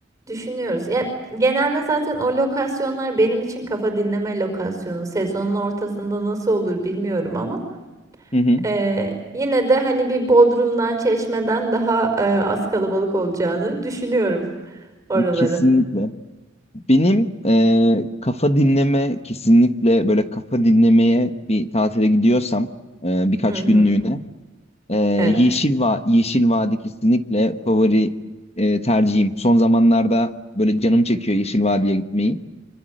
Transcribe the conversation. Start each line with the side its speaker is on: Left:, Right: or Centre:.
Right: düşünüyoruz. Ya genelde zaten o lokasyonlar benim için kafa dinleme lokasyonu. Sezonun ortasında nasıl olur bilmiyorum ama.
Left: Hı hı,
Right: Ee, yine de hani bir Bodrum'dan, Çeşme'den daha e, az kalabalık olacağını düşünüyorum oraların.
Left: kesinlikle. Benim e, kafa dinleme kesinlikle böyle kafa dinlemeye bir tatile gidiyorsam e, birkaç
Right: Hı hı.
Left: günlüğüne e,
Right: Evet.
Left: Yeşil Va Yeşil Vadi kesinlikle favori e, tercihim. Son zamanlarda böyle canım çekiyor Yeşil Vadi'ye gitmeyi.